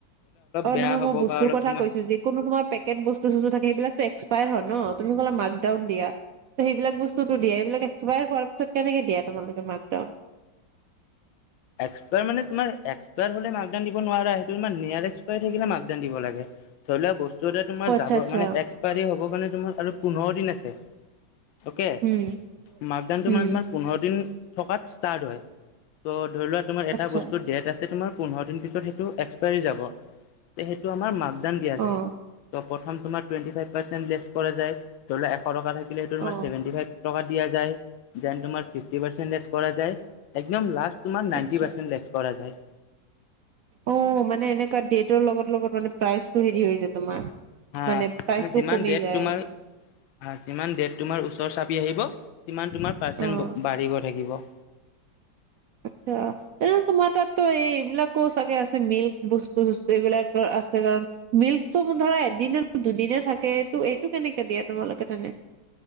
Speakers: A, on the right (about 70°); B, on the left (about 85°).
A: অ
B: বেয়া
A: নহয়
B: হ'ব
A: মই বস্তুৰ
B: বা অলপ
A: কথা
B: তোমাৰ
A: কৈছো যিকোনো তোমাৰ পেকেট বস্তু চস্তু থাকে সেইবিলো এক্সপায়াৰ হয় ন <unintelligible> তুমি কলে মাকডাউন দিয়া ত সেইবিলাক বস্তুতো দিয়া এইবিলাক এক্সপায়াৰ হোৱাৰ পিছত কেনেকে দিয়া তোমালোকে মাকডাউন উ
B: এক্সপায়াৰ মানে তাৰ এক্সপায়াৰ হলে মাকডাউন দিব নোৱাৰা সেইটো তোমাৰ নিয়াৰ এক্সপায়ৰ থাকিলে মাকডাউন দিব লাগে ধৰি লোৱা বস্তু এটা তোমাৰ
A: অ আচ্ছা
B: যাব
A: আচ্ছা
B: মানে এক্সপায়াৰী হব কাৰণে তোমাৰ আৰু পোন্ধৰ দিন আছে অকে
A: উম
B: মাক ডাউনটো
A: উম
B: মানে তোমাৰ পোন্ধৰ দিন থকাত ষ্টাৰ্ট হয় ত' ধৰি লোৱা তোমাৰ এটা
A: আচ্ছা
B: বস্তু ডেট আছে তোমাৰ পোন্ধৰ দিন পিছত সেইটো এক্সপাইৰী যাব <unintelligible> সেইটোম আমাৰ মাকডাউন দিয়া যায়
A: অ
B: প্ৰথম তোমাৰ টুৱেন্টি ফাইভ মাৰ্চেণ্ট লেছ কৰা যাই । ধৰি লক এশ টকা থাকিলেেইটো
A: অ
B: তাৰেভেটি ফাইভ টকা দিয়া যায় দেন তোমাৰিফটি পাৰ্চেণ্টেজ । কৰা যায় একদম লাষ্ট তোমাৰ নাইনটি
A: আচ্ছা
B: পাৰ্চেট লেচ কৰা যায় ।
A: অ মানে এনেুৱা ডেটৰ লগত লগত মানে প্ৰাইজটো হেৰি হৈ যায় তোমাৰ ।
B: হা
A: মানে প্ৰাইচটো
B: যিমান
A: কমি
B: ডেট
A: যায়
B: তোমাৰ
A: ।
B: যিমান ড তমাৰ ওচ চাপি আহিব সিমান তমাৰ পাৰ্চ
A: অ
B: বাঢ়িৈ থাকিব ।
A: আচ্ছা তেনেহ'লে তোমাৰ তাতো এই এইবিলাকো চাগে আছে মিল্ক বস্তু চস্তু এইবিলাক <unintelligible> আছে কাৰণ মিল্কটো ধৰা এদিনে দুদিনে থাকেটো এইটো কেনেকে দিয়া তোমালোকে তেনে <unintelligible>